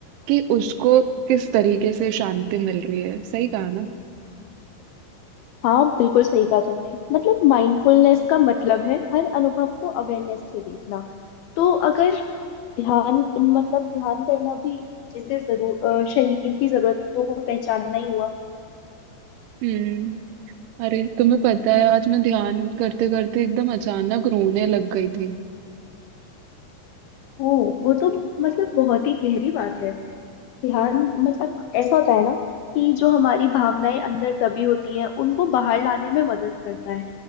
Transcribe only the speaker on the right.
कि उसको किस तरीके से शांति मिल रही है सही कहा ना
हम्म अरे तुम्हें पता है आज मैं ध्यान करते करते एकदम अचानक रोने लग गई थी